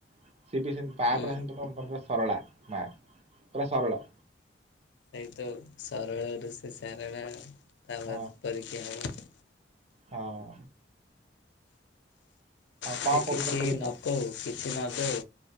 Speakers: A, on the right; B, on the left.
A: ସିଏ ବି ସେତି ମା
B: ହୁଁ
A: ପୁରା ସେମତି ପୁରା ସରଳା ମା ପୁରା ସରଳ।
B: ସେଇତ ସରଳରୁ ସେ ସାରଳା ତା
A: ହଁ
B: ପରିକି କିଏ ହବ।
A: ହଁ। ହଁ
B: ସେ
A: କଣ କହୁଥିଲ
B: କିଛି
A: ସେଦିନ
B: ନ କହୁ କିଛି ନଦଉ